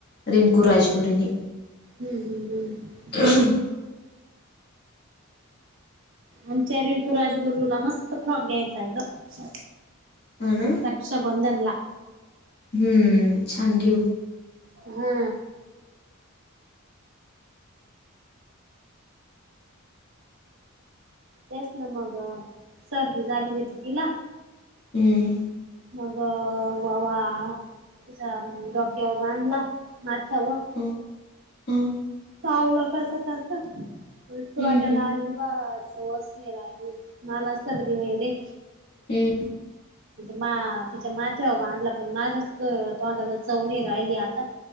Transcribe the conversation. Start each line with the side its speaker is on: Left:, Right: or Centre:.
Left: रिंकू राजगुरूने
Right: हम्म हम्म हम्म.
Left: <unintelligible>
Right: आमच्या रिंकू राजगुरूला मस्त फोग घ्यायचाय गं.
Left: ह ना.
Right: रक्षाबंधनला.
Left: हम्म, छान जेव.
Right: हा. तेच ना म गं सर्दी झाली. होती तिला,
Left: हम्म.
Right: मग ववा. तिचा डोक्यावर बांधला माथ्यावर.
Left: ह ह.
Right: सावला का सकाळचं
Left: हम्म
Right: तोंडाला
Left: हम्म
Right: <unintelligible> आज संवासिनी राहिली, मलाच तर देऊन राहिले.
Left: ह.
Right: मा तिच्या माथ्यावर बांधला पण, माझ्याच तोंडाला चव नयी राहिली आता.